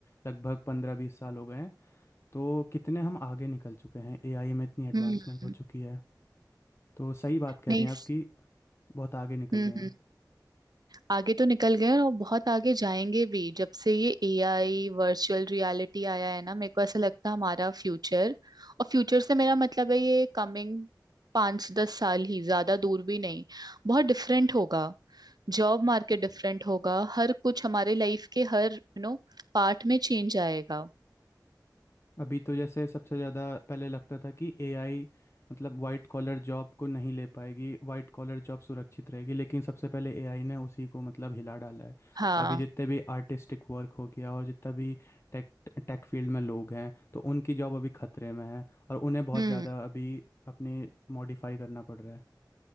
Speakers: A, on the left (about 35°); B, on the right (about 65°).
A: लगभग पंद्रह बीस साल हो गए हैं तो कितने हम आगे निकल चुके हैं एआई में इतनी एडवांसमेंट
B: हम्म
A: हो चुकी है तो सही बात कह
B: नहीं
A: रही हैं आप
B: स-
A: कि बहुत आगे निकल
B: हम्म
A: गए
B: हम्म
A: हम
B: आगे तो निकल गए हैं और बहुत आगे जाएंगे भी जब से ये एआई वर्चुअल रियलिटी आया है ना मेरे को ऐसा लगता है हमारा फ्यूचर और फ्यूचर से मेरा मतलब है ये कमिंग पाँच दस साल ही ज्यादा दूर भी नहीं बहुत डिफरेंट होगा जॉब मार्केट डिफरेंट होगा हर कुछ हमारे लाइफ के हर यू नो पार्ट में चेंज आएगा
A: अभी तो जैसे सबसे ज़्यादा पहले लगता था कि एआई मतलब वाइट कॉलर जॉब को नहीं ले पाएगी वाइट कॉलर जॉब सुरक्षित रहेगी लेकिन सबसे पहले एआई ने उसी को मतलब हिला डाला है
B: हाँ
A: अभी जितने भी आर्टिस्टिक वर्क हो गया और जितना भी टेक टेक फील्ड में लोग हैं तो उनकी जॉब अभी खतरे में है और उन्हें बहुत
B: हम्म
A: ज़्यादा अभी अपनी मॉडिफाई करना पड़ रहा है